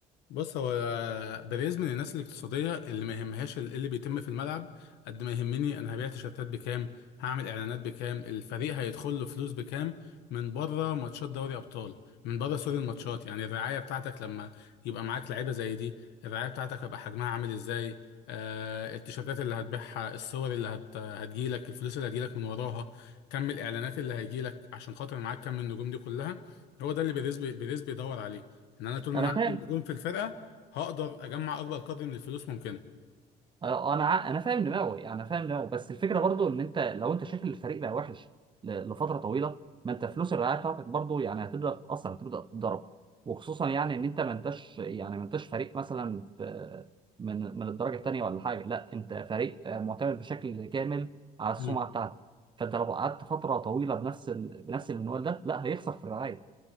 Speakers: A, on the left; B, on the right.
A: بص هو بيريز من الناس الاقتصادية اللي ما يهمهاش ال- إيه اللي بيتم في الملعب قد ما يهمني أنا هبيع تيشيرتات بكام هعمل إعلانات بكام الفريق هيدخل له فلوس بكام من بره ماتشات دوري أبطال من بره سوري الماتشات يعني الرعاية بتاعتك لما يبقى معاك لعيبة زي دي الرعاية بتاعتك هيبقى حجمها عامل إزاي آه التيشيرتات اللي هتبيعها الصور اللي هت... هتجيلك الفلوس اللي هتجيلك من وراها كم الإعلانات اللي هيجيلك عشان خاطر معاك كم النجوم دي كلها هو ده اللي بيريز بي... بيريز بيدور عليه ان انا طول ما
B: انا
A: انا عندي
B: فاهم
A: نجوم في الفرقه هقدر اجمع اكبر قدر من الفلوس ممكنه
B: اه انا ع- انا فاهم دماغه يعني انا فاهم دماغه بس الفكره برضو ان انت لو انت شايف الفريق بقى وحش ل- لفتره طويله ما انت فلوس الرعايه بتاعتك برضو يعني هتبدا تتاثر هتبدا تتضرب وخصوصا يعني ان انت ما انتش يعني ما انتش فريق مثلا في من من الدرجه الثانيه ولا حاجه لا انت فريق آه، معتمد بشكل كامل على السمعه
A: امم
B: بتاعتك فانت لو قعدت فتره طويله بنفس ال... بنفس المنوال ده لا هيخسر في الرعايه